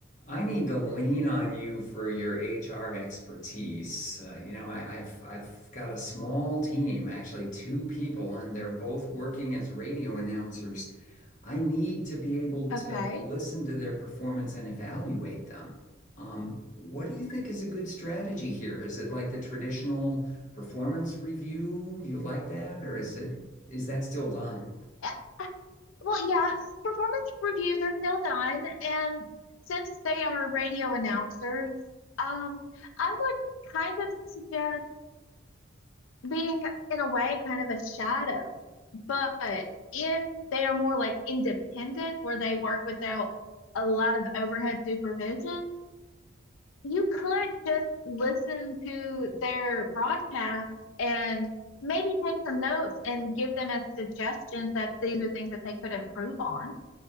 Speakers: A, on the left; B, on the left.
A: I need to lean on you for your HR expertise. Uh, you know, I, I've I've got a small team, actually two people, and they're both working as radio announcers. I need to be able
B: Okay.
A: to listen to their performance and evaluate them. Um, what do you think is a good strategy here? Is it like the traditional performance review? Do you like that, or is it is that still done?
B: Uh, Well, yeah, performance reviews are still done, and since they are radio announcers, um, I would kind of suggest being, in a way, kind of a shadow. But if they are more like independent, where they work without a lot of overhead supervision, you could just listen to their broadcast and maybe take some notes and give them as suggestions that these are things that they could improve on.